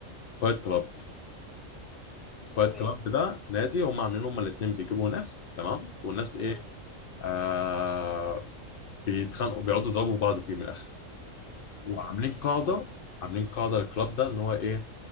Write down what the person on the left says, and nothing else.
فايت كلاب فايت
كلاب ده نادي هما عاملين هما الاثنين بيجيبوا ناس تمام والناس ايه
آه بيتخانقوا بيقعدوا يضربوا بعض فيه من الاخر وعاملين قاعده
عاملين قاعده للكلاب ده ان هو ايه